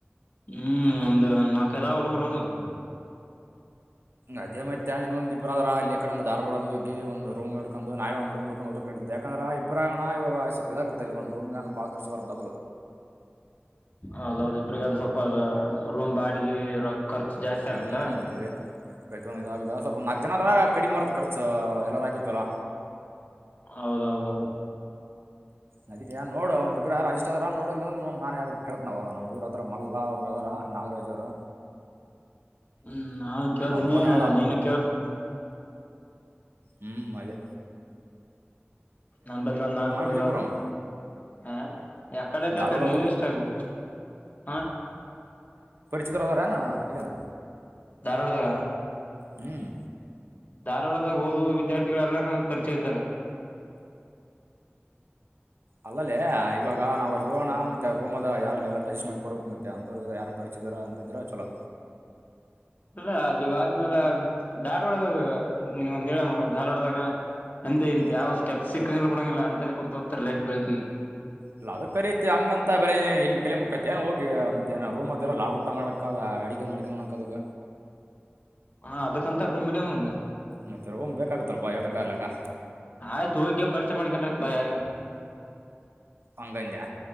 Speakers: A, on the left (about 40°); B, on the right (about 65°).
A: ಹ್ಮ್ ಒಂದ ನಾಲ್ಕೈದಾವ ಹುಡುಗುರ್ ಓದಾವ್
B: ಅದೇ ಮತ್ತೆ ಇನ್ನೊಂದ ಇಬ್ಬರು ಆದ್ರ ಅಲ್ಲಿ ಈಕ್ಕಡನಾ ಧಾರವಾಡ ಅದು ಇಗ್ಗಿ ಒಂದ ರೂಮ್ ಹಿಡ್ಕೊಂಡು ನಾವೇ ಒಂದ ರೂ ಹಿಡ್ಕುಓದಕ ನಡಿದ್ದೆ ಯಾಕಂದ್ರೆ ಇಬ್ರಾಗಣ ಇವಾಗ ಸ್ವಪ್ ಇದಾಗ ಅಲ್ಲಿ ಒಂದು ರೂ್ ಬಾಳ ಖರ್ಚ ಬರತದ
A: ಹೌದೌದು ಇಬ್ರಿಗಂದ್ರ ಸ್ವಲ್ಪ ಅದ ರೂಮ್ ಬಾಡಿಗಿ ರೋಕ್ಕ ಖರ್ಚು ಜಾಸ್ತಿ ಆಗತ್ತ
B: ಹ್ಮ್ ಅದೇ ಸ್ವಲ್ಪ ನಾಕ ಜನ ಅದರ ಕಡಿಮ ಬರತ್ ಖರ್ಚ ಎಲ್ಲಾರ ಆಕಿತ್ತು ಅಲ
A: ಹೌದೌದೌದು
B: ನದಕ್ಕೆ ಯ ನೋಡು ಒಂದಿಬ್ಬರ ರಾಜ ದ ನೋಡಿ ಅಂದ್ರೆ ನಾನ್ ಯಾರ ಕೇಳಳ್ತ್ ನಾವ್ ನಮ್ೂರು ಅದ ಮಲ್ಲಾ ಅವ್ರ ಅದಾರ ನಾಗರಾಜ್ ಅವ್ರರು
A: ಹ್ಮ್ ನಾನು ಕೇಳ್ತೀನಿ
B: ಬೋನಾಳ
A: ನೀನು ಕೇಳು <inaudible>
B: ಹ್ಮ್ ಮದೆ
A: ನಂಬಲ್ಲಿ ಒಂದು ಹಾಕ ಕುಡುಗರ
B: ಬಿಜಾಪುರಮ್ಮ
A: ಹ ಎಕಡೈಂತ
B: ಧಾರವಾಡಮ್ಮ
A: ಅಡೆ ನೀವ ಇಷ್ಟರು ಹ
B: ಚಿತ್ರದಾರನಾ ಇದನಾ
A: ಧಾರವಾಡದಾಗ
B: ಹ್ಮ್
A: ಧಾರವಾಡದಾಗ ಓದುವ ವಿದ್ಯಾರ್ಥಿಗಳೆಲ್ಲರ ಪರಿಚಯ ಇದ್ದಾರೆ
B: ಅಲ್ಲಲ್ಲೇ ಇವಾಗ ನಾವವು ಅಲ್ಲಿೋಣ ಮತ್ತೆ ರೂಮದ ಯಾರ ಎಲ್ಲ ಟಜಸ್ಟ್ ಮಾಡಿ ಕೊಡಬೇಕಕ್ ಮತ್ತೆ ಅಂತವ್ರ ಇದ್ರ ಯಾರು ಪರಿಚಿತರ ಅನ್ನೋ ಇದ್ರ ಚಲೋ
A: ಅಲ್ಲ ಅಲ್ಲಿ ವಾದ ಮೇಾಲ ಧಾರವಾಡ ಒಡದಾಗ ನಿನ್ಗ ಒಂದ ಹೇಳ ಮಗ ದಾರ್ ಒಡದಾಗ ಅಂದೆ
B: ಹ್ಞೂ
A: ಇಂತ ಯಾವ ಸ್ಟೆಪ್ ಸಿಕ್ ಕನರ್ ಬೋಂಗಿಲ್ಲ ಅಂತಲ್ಲ ಕ ಕುಂತತ ಹೋಗತಾರೆ ಲೈಟ್ ಬೆಳಕಿ
B: ಇಲ್ಲ ಅದ ಕರಿೀತಿ ಹಂಗಂತ ಮತ್ತ ಬರ ಇಲ್ಲಿ ಕಲಯ ಮುತಿಏ ಹೋಗಿ ಮತ್ತೆ ಏನ ರೂಮ ಅದಿರಲ್ಲ ಊಟ ಮಾಡಕ ಅಡ ಮಡ ನೋಕ ಅದ
A: ಹಾ ಅದಕ್ಕಂತ ರೂ ಮಿಡಿಯಮ್ ಒಂದ್
B: ಮತ್ತೆ ರೋಮ್ ಬೇಕಾಗತ್ಲ್ ಬಾ ಎಟಕಲಕ್ಕ
A: ಆಯ್ತು ಹೋಗಿ ಪರಿಚಯ ಮಾಡ್ಕೊಂಡ ಆತ್ವಾ ಯಾರಿಗ
B: ಹಂಗಂದ್ಯಾ